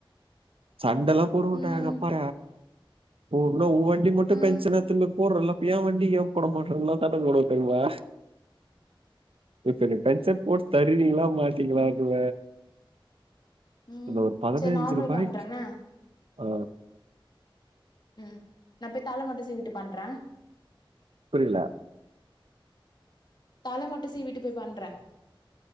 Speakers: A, on the right; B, on the left.
A: சண்டல்லா போட மாட்டாங்க
B: ம்
A: எங்கப்பா பொனும் உவண்டி மட்டு <unintelligible>
B: ம்
A: போடுறல்ல அப்பா ஏன் வண்டி என் போட மாட்டறன்ல்லா சண்ட போடு தெர்மா இப்ப நீ பென்ச போட்டு தருறீங்களா மாட்டீங்களான்வ
B: ம்
A: அந்த ஒரு பதனஞ்சுறுருபாயிக்கு
B: செரி நார்மல் பண்றேன்ன
A: ஆ
B: ம் நா போய் தாள மட்டு சீவிட்டு பண்ற
A: புரியல
B: தல மட்டு சீவிட்டு போய் பண்ற